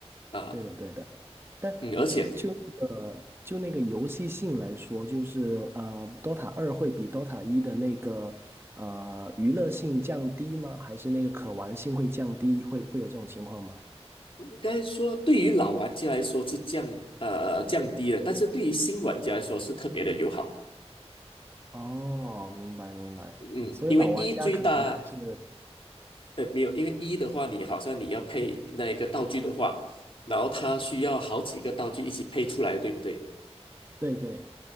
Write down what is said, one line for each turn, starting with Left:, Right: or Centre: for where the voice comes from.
Left: 啊，
Right: 对的对的，但就就那个就那个游戏性来说，
Left: 嗯，而且
Right: 就是呃，DOTA 二会比 DOTA 一的那个呃娱乐性降低吗？还是那个可玩性会降低？会会有这种情况吗？
Left: 应该说，对于老玩家来说是降呃降低了，但是对于新玩家来说是特别的友好。
Right: 哦，明白明白，
Left: 嗯，
Right: 所以老玩家可能还是
Left: 因为一最大呃没有，因为一的话，你好像你要配那一个道具的话，然后它需要好几个道具一起配出来，对不对？
Right: 对对，